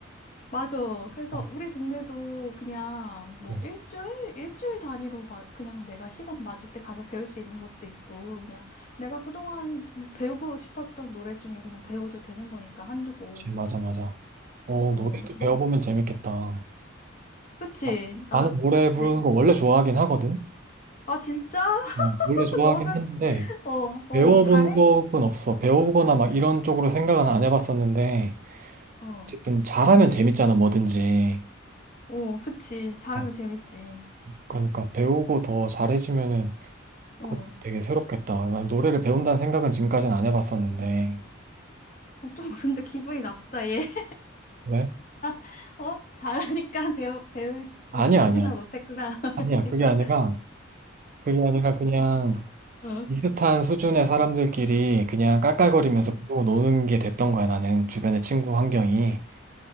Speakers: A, on the left (about 40°); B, on the right (about 40°).
A: 맞아. 그래서
B: 어,
A: 우리 동네도 그냥 뭐
B: 응.
A: 일주일, 일주일 단위로 막 그냥 내가 시간 맞을 때 가서 배울 수 있는 것도 있고, 그냥 내가 그동안 뭐 배우고 싶었던 노래 중에 그냥 배워도 되는 거니까 한두 곡.
B: 그치, 맞아, 맞아. 어,
A: 어,
B: 노래도
A: 너,
B: 배워보면 재밌겠다.
A: 그치?
B: 아,
A: 나,
B: 나는 노래 부르는
A: 네.
B: 거 원래 좋아하긴 하거든.
A: 아, 진짜? <laughs>
B: 어, 원래 좋아하긴
A: 너는,
B: 했는데,
A: 어, 어,
B: 배워본
A: 잘해?
B: 적은 없어. 배우거나 막 이런 쪽으로 생각은 안 해봤었는데,
A: 어,
B: 어쨌든 잘하면 재밌잖아, 뭐든지.
A: 어, 그치. 잘하면
B: 어,
A: 재밌지.
B: 그러니까 배우고 더 잘해지면은
A: 어.
B: 그것도 되게 새롭겠다. 난 노래를 배운다는 생각은 지금까지는 안 해봤었는데.
A: 어, 좀 <laughs> 근데 기분이 나쁘다, 얘.
B: 왜?
A: <laughs> 어? 잘하니까 배우, 배울 수
B: 아니야,
A: 있다는
B: 아니야.
A: 생각을 못 했구나. <laughs>
B: 아니야,
A: 내가.
B: 그게 아니라, 그게 아니라 그냥
A: 어.
B: 비슷한 수준의 사람들끼리 그냥 깔깔거리면서
A: 음.
B: 부르고 노는 게 됐던 거야, 나는. 주변의 친구 환경이.